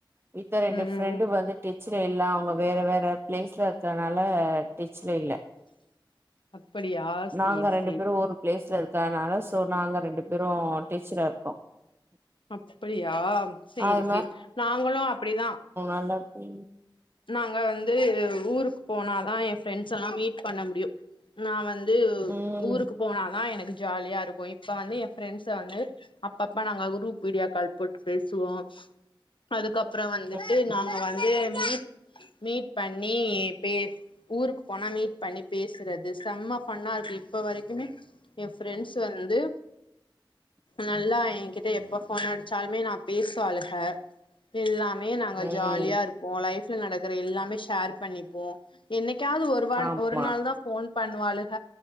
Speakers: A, on the right; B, on the left.
A: இந்த ரெண்டு
B: ம்
A: ஃப்ரெண்ட்டு
B: ம் ம்
A: வந்து டெச்சுல இல்ல அவங்க வேற வேற பிளேஸ்ல இருக்றனால டெச்சுல இல்ல
B: அப்படியா சேரி
A: நாங்க ரெண்டு
B: சேரி
A: பேரு ஒரு பிளேஸ்ல இருக்கனால சோ நாங்க ரெண்டு பேரும் டீச்சரா இருக்கோ
B: அப்படியா சேரி
A: அது
B: சேரி நாங்களு அப்டிதா
A: நல்லாருக்கு
B: நாங்க வந்து ஊருக்கு போனாதா என் ஃரெண்ட்ஸ்ஸெல்லா மீட் பண்ண முடியு நா வந்து
A: ம்
B: ஊருக்கு போனாதா எனக்கு ஜாலியா இருக்கு இப்ப வந்து என் ஃப்ரெண்ட்ஸ வந்து அப்பப்ப நாங்க குரூப் வீடியாக்கால் போட்டு பேசுவோ அதுக்கப்றோ வந்துட்டு
A: ம்
B: நாங்க வந்து மீட் மீட் பண்ணி பேசு ஊருக்கு போனா மீட் பண்ணி பேசுறது செம்ம ஃபண்ணா இருக்கு இப்ப வரைக்குமே எ ஃப்ரெண்ட்ஸ் வந்து நல்லா என்கிட்ட எப்ப போன் அடிச்சாலுமே நா பேசுவாளுக எல்லாமே நாங்க
A: ம்
B: ஜாலியா இருப்போ லைஃப்ல நடக்ற எல்லாமே ஷேர் பண்ணிப்போ என்னைக்காவது ஒரு வால்
A: ஆமா
B: ஒரு நாள் தா ஃபோன் பண்ணுவாளுக